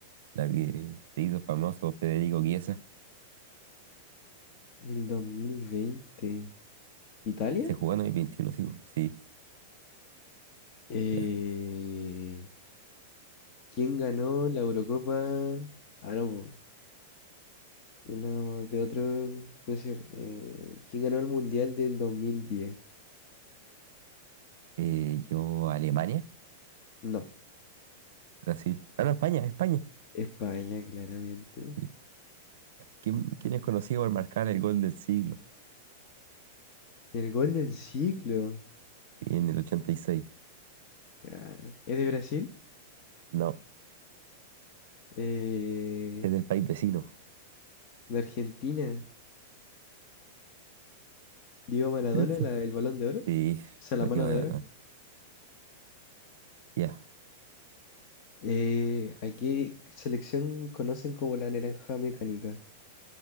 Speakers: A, on the right; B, on the left.
A: La que se hizo famoso Federico Chiesa.
B: El 2020. ¿Italia?
A: Y se jugó en el veintiuno sí. po. Sí,
B: Eh,
A: ya.
B: ¿quién ganó la Eurocopa? Ah, no, po, una de otro puede ser. eh, ¿quién ganó el Mundial del 2010?
A: Eh, yo, Alemania,
B: No,
A: Brasil. Ah, no, España, España.
B: España, claramente.
A: Sí. ¿Quién, quién es conocido por marcar el gol del siglo
B: El gol del siglo.
A: en el ochenta y seis
B: Ah, ¿es de Brasil?
A: No,
B: eh,
A: es del país vecino.
B: de Argentina, Diego Maradona,
A: Piensa.
B: la- el Balón de Oro, o
A: Sí,
B: sea, la
A: me
B: mano
A: a
B: de
A: ganar.
B: oro.
A: Ya.
B: Eh, ¿a qué selección conocen como la naranja mecánica?